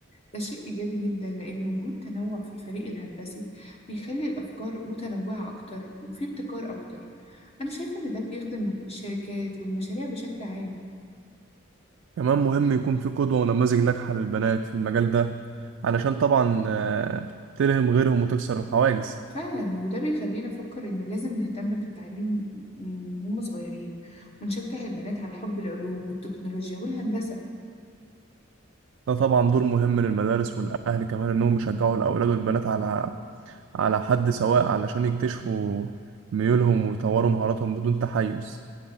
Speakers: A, on the left; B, on the right.
A: ده شيء إيجابي جدا لأن وجود تنوع في الفريق الهندسي بيخلي الأفكار متنوعة أكتر وفي ابتكار أكتر أنا شايفة إن ده بيخدم الشركات والمشاريع بشكل عام
B: كمان مهم يكون في قدوة ونماذج ناجحة للبنات في المجال ده علشان طبعا آه، تلهم غيرهم وتكسر الحواجز
A: فعلا وده بيخلينا نفكر إن لازم نهتم بالتعليم من هم صغيرين ونشجع البنات على حب العلوم والتكنولوجيا والهندسة
B: ده طبعا دور مهم للمدارس والأهل كمان إنهم يشجعوا الأولاد والبنات على على حد سواء علشان يكتشفوا ميولهم ويطوروا مهاراتهم بدون تحيز